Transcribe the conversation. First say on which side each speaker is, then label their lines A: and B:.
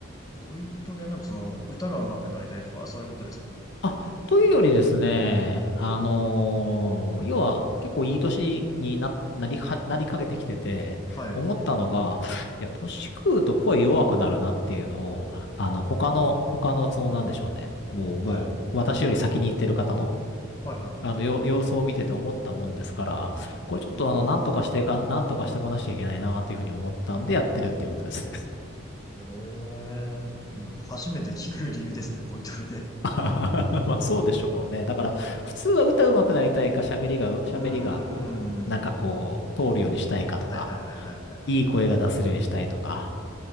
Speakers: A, on the left; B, on the left.
A: ボイトレはなんかその歌が上手くなりたいとか、そういうことですか
B: あ、というよりですね、あのー要は結構いい年にな、なりは、なりかけてきてて、
A: はい。
B: 思ったのが、いや、年食うと声弱くなるなっていうのを、あの、他の、他の、その、なんでしょうね、もう、もう、
A: はい。
B: 私より先に行ってる方の、
A: はいはいはいはい。
B: あの、よ様子を見てて思ったもんですから、これちょっとあの、
A: うんうんうんうん。
B: なんとかしてが、なんとかしてこなきゃいけないなっていうふうに思ったんでやってるっていうことです。
A: えー、なんか初めて聞く理由ですね、ボイトレで。
B: <laughs> まあそうでしょうね。だから普通は歌うまくなりたいか喋りが、喋りがこう、
A: うーん。
B: なんかこう通るようにしたいかとか、
A: はいはいはいはいはい。
B: いい声が出せるようにしたいとか、